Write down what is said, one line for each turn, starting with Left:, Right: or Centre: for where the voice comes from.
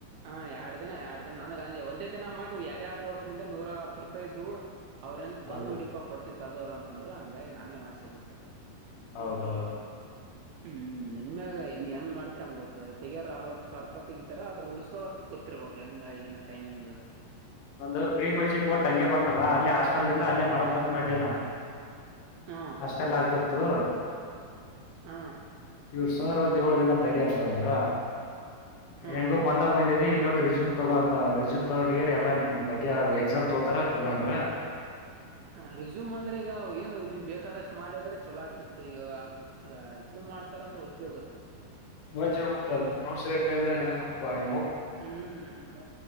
Right: ಹ ಎರಡ್ ದಿನ ಎರಡ್ ದಿನ ನನಗ ಒಂದೇ ದಿನ ಮಾಡ ಎರಡೇ ಆಡ್ರ ಒಂದೆ ನೂರ ಹತ್ತು ರೂಪಾಯಿ ಇದ್ದವು ಅವ
Left: ಹೌದು
Right: ಬಂದು ಹುಡಿಪಾ ಕೊಡ್ತತಿ. ದದ ಅಂತಂದ್ರೆ ಹಂಗಾಗಿ ನಾನೇ ವಾಸೆಬುಟ್ಟೆ.
Left: ಹೌದು ಹೌದು
Right: ಹ್ಮ್ ನೆನ್ನೆ ಇನ್ ಹೆಂಗ ಮಾಡತ ಅಂಗ ಗತ್ತ ತೆಗೆಯಾರ ಆರವತ್ತು ಸಾವಿರ ತೆಗಿತಾರ ಅದ್ರ ಉಳಸ್ಕೊಳಕ ಗೊತ್ತಿರಬೇಕು ಹೆಂಗ ಏನ್ ಟೈಮಿಂಗ್.
Left: ಒಂದು ಪ್ರೀ ಕೋಚಿಂಗ್ ಬೋರ್ಟ್ಟಂಗೆ ಬಂದಲ್ಲ ಅಲ್ಲಿ ಹಾಸ್ಟೆಲ್ ನಿಂದ ಅಲ್ಲೇ ಮಾಡಕ್ ಕತ್ ಮಾಡ್ಯನಾ
Right: ಹ
Left: ಅಷ್ಟೆಲ್ಲ ಆಗ್ತತ್ತು
Right: ಹ
Left: ಇವರು ಸುಮಾರು ಒಂದ್ ಏಳ ದಿನ ತಡಿ ಅಂತ ಅಂದ್ರ
Right: ಹ್ಮ್
Left: ಹೆಂಗೋ
Right: ಹ್ಮ್
Left: ಬಂದಾವ ಬಂದಿದೆ ಇಲ್ಲಿ ಇಂದು ರೆಜೂಮ್ ತಗೊಂಡಂತ ರೆಜೂಮ್ ತಗೊಂಡ ಎಲ್ಲ ಬಗ್ಗೆ ಎಕ್ಸಾಮ್ ತೋತಾರ ತಗಂದ್ರ
Right: ಹ ರಿಸ್ಯೂಮ್ ಅಂದ್ರೆ ಈಗಏ ನೀನ್ ಬೇಕಾದಷ್ಟ್ ಮಾಡಿದ್ರೆ ಚೊಲೋ ಆಗ್ತಿತ್ತು ಇವಾಗ ಈ ಇದು ಮಾಡ್ತಾರ ಅಂದ್ರೆ ಒಜ್ಜೋಗೊತ್ತ
Left: ಮೊಜ್ ಮತ್ತದ ಮೂರು ವರ್ಷ ಗಟ್ಲೆ ಅಂದಾಗ ಹಪ್ಪಾಯ
Right: ಹ್ಮ್